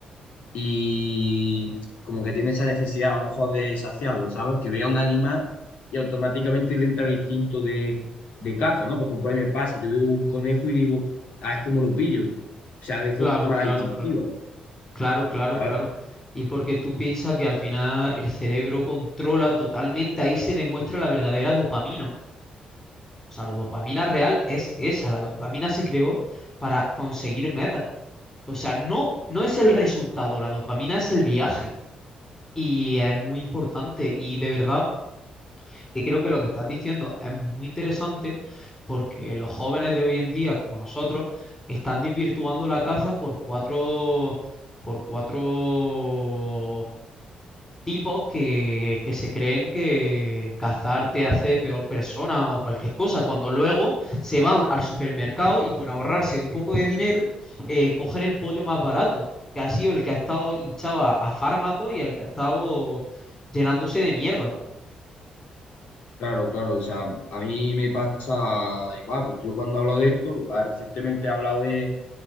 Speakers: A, on the left; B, on the left.
A: y como que tiene esa necesidad a lo mejor de saciarlo, ¿sabes? Que vea un animal y automáticamente le entra el instinto de, de caza, ¿no? Por ejemplo, a mí me pasa, yo veo un conejo y digo, ah, es como lo pillo. O sea, de
B: claro,
A: forma
B: claro,
A: instintiva,
B: claro, claro, claro,
A: ¿sabes?
B: claro. Y porque tú piensas que al final el cerebro controla totalmente, ahí se demuestra la verdadera dopamina. O sea, la dopamina real es esa. La dopamina se creó para conseguir metas. O sea, no, no es el resultado, la dopamina es el viaje. Y es muy importante y de verdad que creo que lo que estás diciendo es muy interesante porque los jóvenes de hoy en día, como nosotros, están desvirtuando la caza por cuatro, por cuatro tipos que, que se creen que cazar te hace peor persona o cualquier cosa, cuando luego se van al supermercado y por ahorrarse un poco de dinero, eh, cogen el pollo más barato, que ha sido el que ha estado hinchado a, a fármacos y al que ha estado llenándose de mierda.
A: Claro, claro, o sea, a mí me pasa igual, pues yo cuando hablo de esto, ah, recientemente he hablado de,